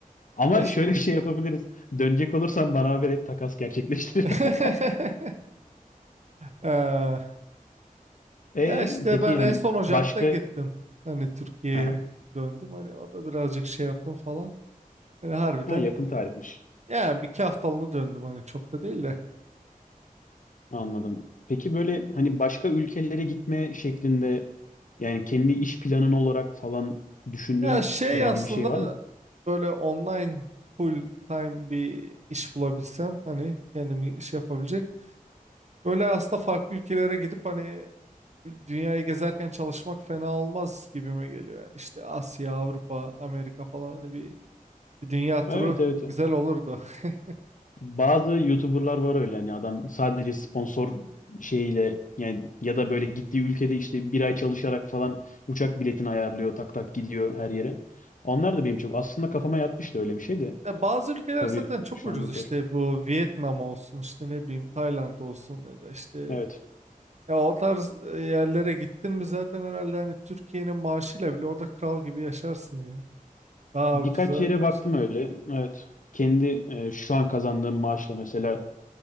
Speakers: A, on the left (about 65°); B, on the right (about 50°).
A: ama
B: Ya işte.
A: şöyle bir şey yapabiliriz. Dönecek olursan bana haber et takas gerçekleştiririm.
B: <laughs>
A: <laughs>
B: Ee,
A: E
B: ya işte
A: peki
B: ben en
A: hani
B: son Ocak'ta
A: başka
B: gittim. Hani Türkiye'ye
A: Aha.
B: döndüm. Hani orada birazcık şey yaptım falan. Hani harbiden
A: Ha yakın
B: e,
A: tarihmiş.
B: yani bir iki haftalığına döndüm hani çok da değil de.
A: Anladım. Peki böyle hani başka ülkelere gitme şeklinde yani kendi iş planın olarak falan düşündüğün
B: Ya şey
A: herhangi
B: aslında
A: bir şey var mı?
B: böyle online full time bir iş bulabilsem hani kendimi iş yapabilecek. Böyle aslında farklı ülkelere gidip hani dünyayı gezerken çalışmak fena olmaz gibime geliyor. Yani işte Asya, Avrupa, Amerika falan hani bir, bir dünya turu
A: Evet evet.
B: güzel olurdu. <laughs>
A: Bazı YouTuber'lar var öyle hani adam sadece sponsor şeyiyle yani ya da böyle gittiği ülkede işte bir ay çalışarak falan uçak biletini ayarlıyor tak tak gidiyor her yere. Onlar da benim çok aslında kafama yatmıştı öyle bir şey de
B: Ya bazı ülkeler
A: tabii
B: zaten çok
A: şu
B: ucuz
A: anda zor.
B: işte bu Vietnam olsun işte ne bileyim Tayland olsun ya da işte
A: Evet.
B: ya o tarz e, yerlere gittin mi zaten herhalde hani Türkiye'nin maaşıyla bile orada kral gibi yaşarsın ya. Daha
A: Birkaç
B: ucuza
A: yere baktım
B: şey.
A: öyle. Evet. Kendi e, şu an kazandığım maaşla mesela